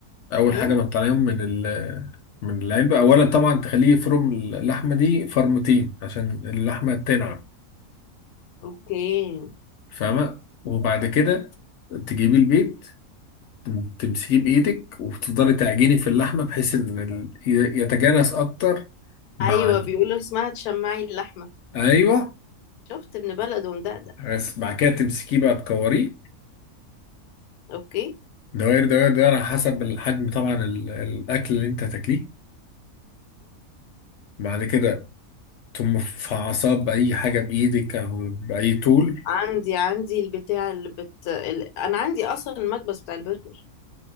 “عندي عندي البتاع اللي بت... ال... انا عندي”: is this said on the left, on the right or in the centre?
Left